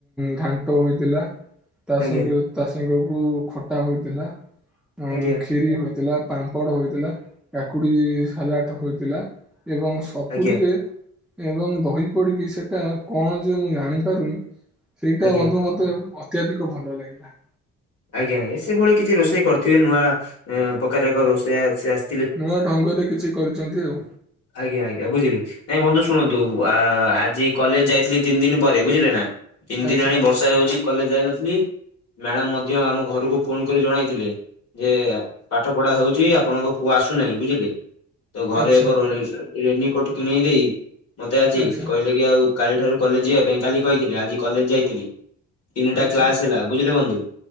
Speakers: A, in the centre; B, on the left (about 55°).
A: ଘାଣ୍ଟ ହୋଇଥିଲା ତା
B: ଆଜ୍ଞା
A: ସଙ୍ଗେ ତା ସାଙ୍ଗକୁ ଖଟା ହୋଇଥିଲା, ଉଁ
B: ଆଜ୍ଞା
A: କ୍ଷିରି ହୋଇଥିଲା। ପାମ୍ପଡ଼ ହୋଇଥିଲା, କାକୁଡି ସାଲାଟ ହୋଇଥିଲା, ଏବଂ ସପୁରୀରେ
B: ଆଜ୍ଞା ଆଜ୍ଞା
A: ଏବଂ ଦହି ପଡିକି ସେଟା କଣ ଯେ ମୁଁ ଜାଣିପାରୁନି, ସେଇଟା
B: ଆଜ୍ଞା
A: ବନ୍ଧୁ ମତେ ଅତ୍ୟଧିକ ଭଲ ଲାଗିଲା।
B: ଆଜ୍ଞା, ଆଜ୍ଞା, ସେଭଳି କିଛି ରୋଷେଇ କରିଥିବେ ନୂଆ ପ୍ରକାର ଏକ ରୋଷେଇଆ ସେ ଆସି
A: ନୂଆ ଢଙ୍ଗରେ କିଛି କରିଛନ୍ତି ଆଉ।
B: ଆଜ୍ଞା, ଆଜ୍ଞ, ବୁଝିଲି। ନାଇଁ ବନ୍ଧୁ ଶୁଣନ୍ତୁ ଆଜି କଲେଜ ଯାଇଥିଲି ତିନି ଦିନ ପରେ ବୁଝିଲେ ନା। ତିନି
A: ଆଚ୍ଛା
B: ଦିନ ହେଲାଣି ବର୍ଷା ହେଉଛି କଲେଜ ଯାଇନଥିଲି, ମ୍ୟାଡାମ ମଧ୍ୟ ଆମ ଘରକୁ ଫୋନ କରି ଜଣାଇଥିଲେ। ଯେ ପାଠ ପଢା ହଉଛି ଆପଣଙ୍କ ପୁଅ ଆସୁନାହିଁ ବୁଝିଲେ। ତ
A: ଆଚ୍ଛା
B: ଘରେ ଏକ ର ରେନିକୋଟ କିଣେଇଦେଇ ମତେ ଆଜି
A: ଆଚ୍ଛା
B: କହିଲେ ଆଜି ଆଉ କାଲି ଠାରୁ କଲେଜ ଯିବା ପାଇଁ କାଲି କହିଥିଲେ ଆଜି କଲେଜ ଯାଇଥିଲି। ତିନିଟା
A: ଆଚ୍ଛା
B: କ୍ଲାସ ହେଲା ବୁଝିଲେ ବନ୍ଧୁ।